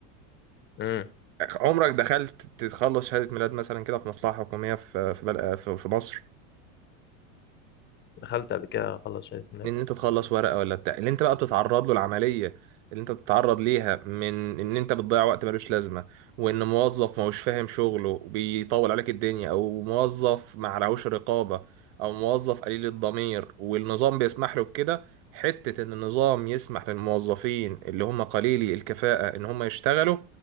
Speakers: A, on the left (about 25°); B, on the right (about 55°).
A: امم
B: عمرك دخلت تخلص شهادة ميلاد مثلا كده في مصلحة حكومية في في, بل... في في مصر
A: دخلت قبل كده خلص شهادة ميلاد
B: ان انت تخلص ورقه ولا بتاع اللي انت بقى بتتعرض له العمليه اللي انت بتتعرض ليها من ان انت بتضيع وقت ملوش لازمه وان موظف ما هوش فاهم شغله وبيطول عليك الدنيا او موظف ما عليهوش رقابه او موظف قليل الضمير والنظام بيسمح له بكده حته ان النظام يسمح للموظفين اللي هم قليلي الكفاءه ان هم يشتغلوا